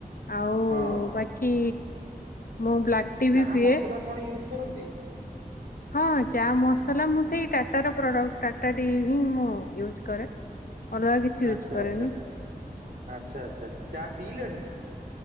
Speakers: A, on the left; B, on the right.
A: ଆଉ
B: ହଁ।
A: ବାକି ମୁଁ ବ୍ଲାକ୍ ଟି
B: ଚାହା
A: ବି ପିଏ।
B: ମସଲା କଣ ୟୁଜ କରନ୍ତି ।
A: ହଁ ଚା ମସଲା ମୁଁ ସେଇ ଟାଟାର ପ୍ରଡ଼କ୍ଟ ଟାଟା ଟି ହିଁ ମୁଁ ୟୁଜ୍ କରେ। ଅଲଗା କିଛି ୟୁଜ
B: ଆଚ୍ଛା
A: କରେନି।
B: ଆଚ୍ଛା ଆଚ୍ଛା ଆଚ୍ଛା ଚା ପିଇଲେଣି?